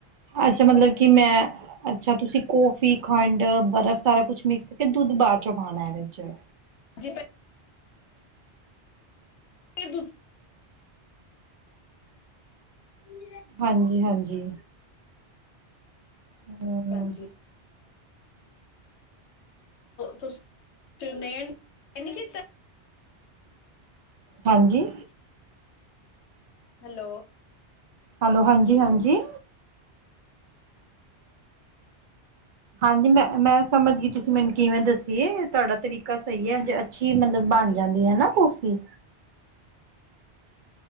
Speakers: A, on the right (about 60°); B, on the left (about 85°).
A: ਅੱਛਾ ਮਤਲਬ ਕਿ ਮੈਂ ਅੱਛਾ ਤੁਸੀਂ ਕੌਫੀ ਖੰਡ ਬਰਫ਼ ਸਾਰਾ ਕੁਛ ਮਿਕਸ ਇਹ ਦੁੱਧ ਬਾਅਦ ਚੋਂ ਪਾਉਣਾ ਇਹਦੇ ਚ
B: ਜ <unintelligible> ਹਮ
A: ਹਾਂਜੀ ਹਾਂਜੀ ਹਮ
B: ਹਾਂਜੀ ਹਾਂਜੀ ਤੁਸੀਂ ਮੈਂ ਨਹੀਂ ਦਿੱਤਾ
A: ਹਾਂਜੀ
B: <inaudible> ਹੈਲੋ
A: ਹੈਲੋ ਹਾਂਜੀ ਹਾਂਜੀ ਹਾਂਜੀ ਮੈਂ ਮੈਂ ਸਮਝ ਗਈ ਤੁਸੀਂ ਮੈਨੂੰ ਕਿਵੇਂ ਦੱਸੀਏ ਤੁਹਾਡਾ ਤਰੀਕਾ ਸਹੀ ਹੈ ਜੇ ਅੱਛੀ ਮਤਲਬ ਬਣ ਜਾਂਦੀ ਹੈ ਨਾ ਕੌਫੀ